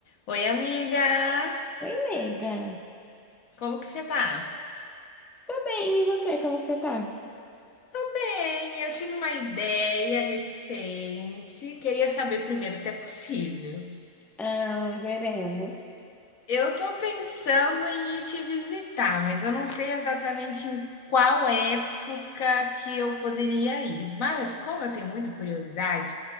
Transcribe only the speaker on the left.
Oi, amiga!
Como que você tá?
Bem, eu tive uma ideia recente. Queria saber primeiro se é possível.
Eu tô pensando em ir te visitar, mas eu não sei exatamente em qual época que eu poderia ir. Mas como eu tenho muita curiosidade